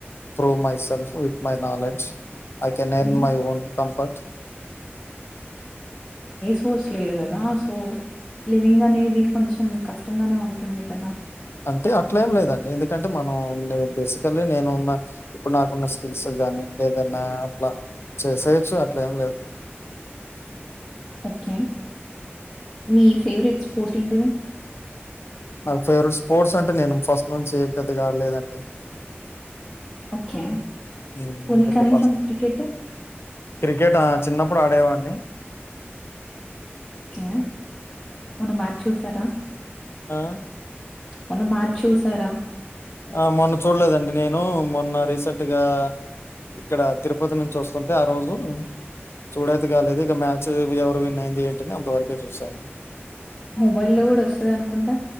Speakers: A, on the left (about 65°); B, on the left (about 30°).
A: ప్రో మైసల్ with my knowledge I can
B: అన్
A: ఎర్న్ మై ఓన్ కంఫర్ట్
B: చూస్ లేదు కదా సో లివింగ్ అనేది కొంచెం కష్టంగానే ఉంటుంది కదా
A: అంటే అట్లేం లేదండి ఎందుకంటే మనం బేసికల్లీ నేను ఉన్న ఇప్పుడు నాకు కున్న స్కిల్స్ గానీ ఏదైనా అట్లా చేసేయచ్చు అట్లేం లేదు
B: ఓకే మీ ఫేవరెట్ స్పోర్ట్ ఏంటిది
A: నాకు ఫేవరెట్ స్పోర్ట్స్ అంటే నేను ఫస్ట్ నుంచి ఏ పెద్ద కాడలేదండి
B: ఓకే
A: హ్మ్.
B: పోనికనీసం
A: ఇక ఫస్ట్
B: క్రికెట్
A: క్రికెట్ ఆ! చిన్నప్పుడు ఆడేవాడిని.
B: కే మొన్న మ్యాచ్ చూసారా
A: ఆ!
B: మొన్న మ్యాచ్ చూసారా
A: ఆ మొన్న చూడలేదండి నే ను మొన్న రీసెంట్గా ఇక్కడ తిరుపతి నుంచి వస్తుంటే ఆ రోజు చూడేది కాలేదు ఇక మ్యాచ్ ఎవరు విన్ అయింది ఏంటి అంతవరకే చూశాను
B: మొబైల్లో కూడా వస్తది అనుకుంటా